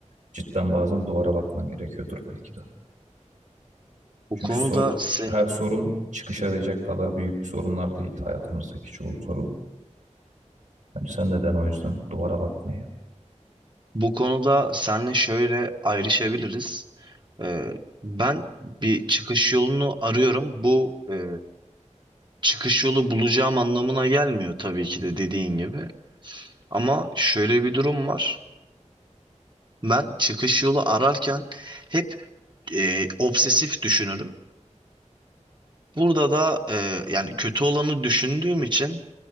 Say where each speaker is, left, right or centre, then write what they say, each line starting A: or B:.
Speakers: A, on the right; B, on the right.
A: Cidden bazen duvara bakman gerekiyordur belki de.
B: Bu
A: Çünkü
B: konuda
A: sor,
B: sen,
A: her sorun çıkış arayacak kadar büyük bir sorunlar değil hayatımızdaki çoğu sorun. Bence sen de den o yüzden duvara bakmayı.
B: bu konuda senle şöyle ayrışabiliriz. Ee, ben bir çıkış yolunu arıyorum. Bu e, çıkış yolu bulacağım anlamına gelmiyor tabii ki de dediğin gibi. Ama şöyle bir durum var. Ben çıkış yolu ararken hep e, obsesif düşünürüm. Burada da e, yani kötü olanı düşündüğüm için